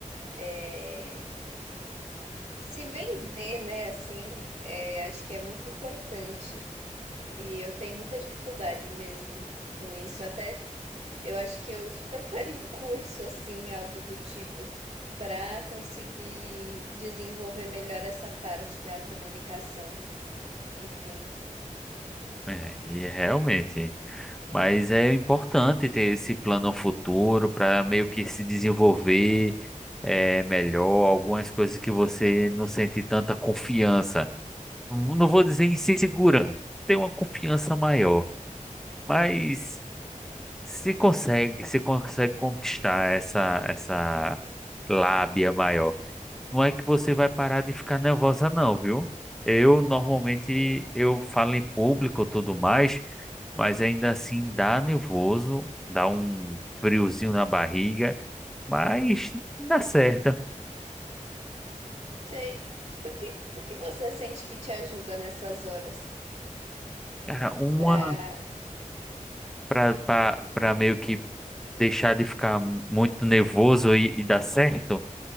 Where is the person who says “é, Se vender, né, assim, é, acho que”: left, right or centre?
Right